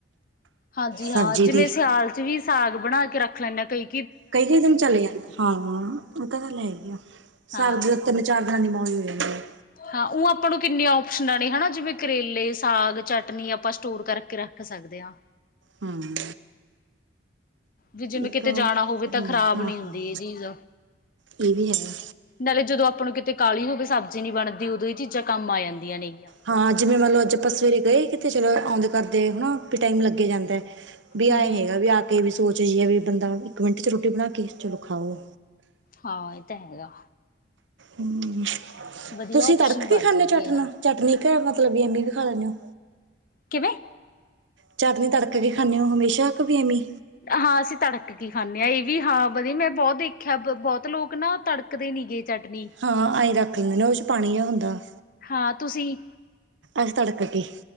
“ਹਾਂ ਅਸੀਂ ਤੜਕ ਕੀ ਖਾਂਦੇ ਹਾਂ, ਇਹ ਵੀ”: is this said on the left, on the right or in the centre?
Left